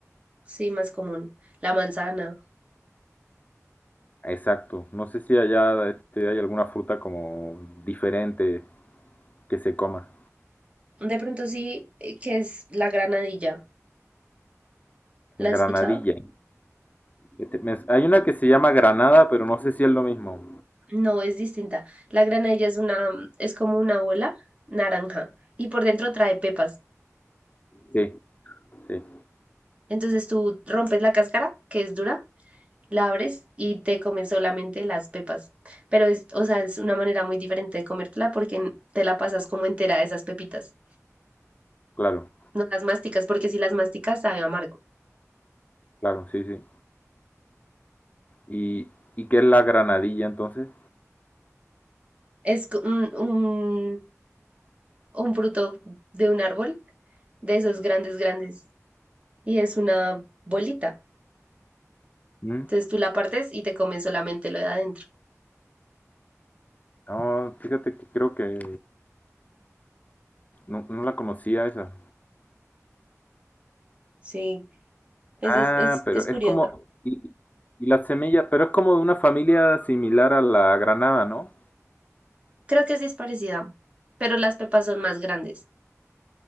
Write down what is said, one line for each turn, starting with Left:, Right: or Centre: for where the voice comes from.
Right: sí, más común. La manzana.
Left: Exacto. No sé si allá este, hay alguna fruta como diferente que se coma.
Right: De pronto sí, eh, que es la granadilla. ¿La has
Left: Granadilla.
Right: escuchado?
Left: Este, me- hay una que se llama granada, pero no sé si es lo mismo.
Right: No, es distinta. La granadilla es una, es como una bola naranja y por dentro trae pepas.
Left: Sí, sí,
Right: Entonces tú rompes la cáscara, que es dura, la abres y te comes solamente las pepas. Pero es, o sea, es una manera muy diferente de comértela porque n- te la pasas como entera de esas pepitas.
Left: claro,
Right: No las masticas, porque si las masticas sabe amargo.
Left: claro, sí, sí. ¿Y, y qué es la granadilla entonces?
Right: Es co- un, un, un fruto de un árbol, de esos grandes, grandes, y es una bolita.
Left: ¿Mm?
Right: Entonces tú la partes y te comes solamente lo de adentro.
Left: No, fíjate que creo que no, no la conocía esa.
Right: Sí, Es,
Left: Ah,
Right: es, es,
Left: pero
Right: es curiosa.
Left: es como, y, y la semilla, pero es como de una familia similar a la granada, ¿no?
Right: Creo que sí es parecida, pero las pepas son más grandes.